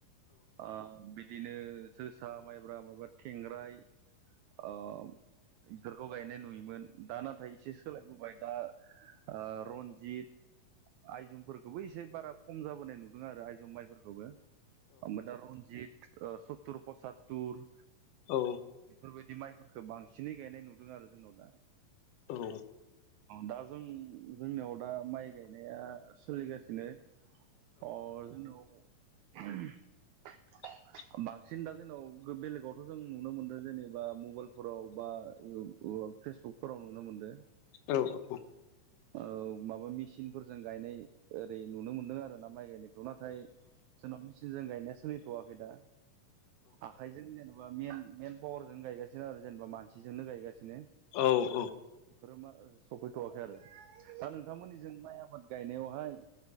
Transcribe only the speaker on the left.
औ
औ
<inaudible>
औ औ
औ औ